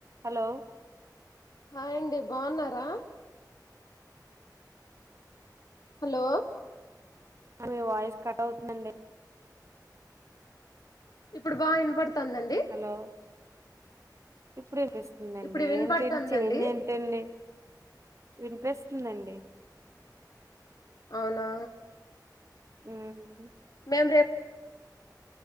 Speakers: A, on the right; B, on the left.
A: Hello
B: హాయండి బాగున్నారా hello
A: మీ వాయిస్ కట్ అవుతుందండి
B: ఇప్పుడు బా ఇన పడుతు తందండి
A: హలో ఇప్పుడు అనిపిస్తుందిండి
B: ఇప్పుడు వినపడుతుందండి
A: ఏంటండి చేంజ్ ఏంటండి వినిపిస్తుందండి
B: అవునా
A: మ్మ్
B: మేమ్ రేప్